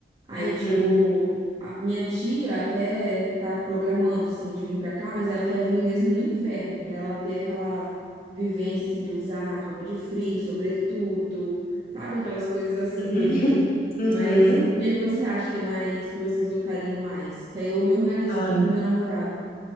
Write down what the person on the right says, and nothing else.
Aí,
tipo, a- minha tia até tá programando, assim, de vir pra cá, mas ela quer vir mesmo no inverno, pra ela ter aquela vivência, assim, de usar roupa de frio, sobretudo, sabe? Aquelas coisas assim.
<laughs>
Mas
o que que você acha que é mais, que vocês gostariam mais? Que aí eu me organizo
aqui com meu namorado.